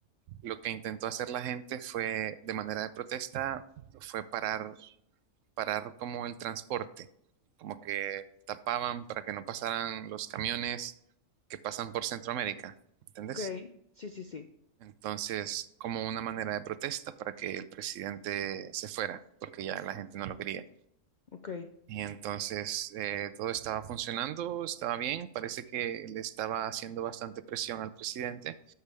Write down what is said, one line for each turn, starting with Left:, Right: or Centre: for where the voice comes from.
Right: lo que intentó hacer la gente fue de manera de protesta, fue parar parar como el transporte, como que tapaban para que no pasaran los camiones que pasan por Centroamérica, ¿entendés?
Left: Ok, sí, sí, sí,
Right: Entonces, como una manera de protesta para que el presidente se fuera, porque ya la gente no lo quería.
Left: ok.
Right: Y entonces eh, todo estaba funcionando, estaba bien, parece que le estaba haciendo bastante presión al presidente